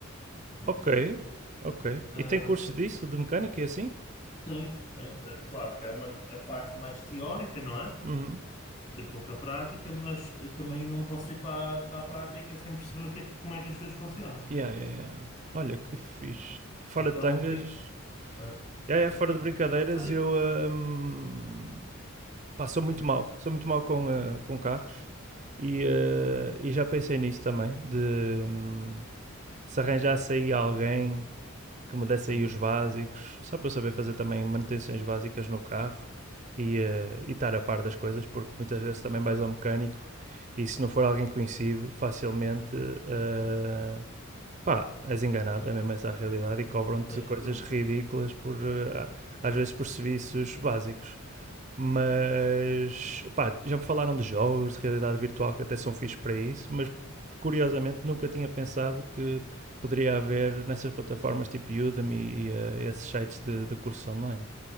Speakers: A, on the left (about 35°); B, on the right (about 35°).
A: pronto, uma
B: Ok,
A: plataforma.
B: ok.
A: Hum,
B: E tem curso disso, de mecânica e assim?
A: tem, tem. Eh, Claro que é uma, a parte mais teórica, não é?
B: Uhum.
A: Tem pouca prática, mas eh, também não posso ir para, a- para a prática sem perceber o que é, que- como é que as coisas funcionam.
B: Yeah, yeah, yeah. Olha, que fixe. Fora
A: Então
B: de tangas,
A: tem. eh,
B: yeah, yeah, fora de brincadeiras,
A: aí,
B: eu ahm, pá, sou muito mal. Sou muito mal com, ah, com carros e, ah,
A: né?
B: e já pensei nisso também, de hum, se arranjasse aí alguém que me desse
A: Uhum,
B: aí os básicos, só para eu saber fazer também manutenções básicas no carro e, eh, e estar a par das coisas, porque muitas vezes também vais ao mecânico e se não for alguém conhecido, facilmente eh, pá, és enganado, é mesmo essa a realidade, e cobram-te
A: não tenho
B: coisas
A: dúvida.
B: ridículas por eh, a- às vezes por serviços básicos. Mas pá, já me falaram de jogos de realidade virtual que até são fixos para isso, mas curiosamente nunca tinha pensado que poderia haver nessas plataformas tipo Udemy e eh, esses sites de, de cursos online.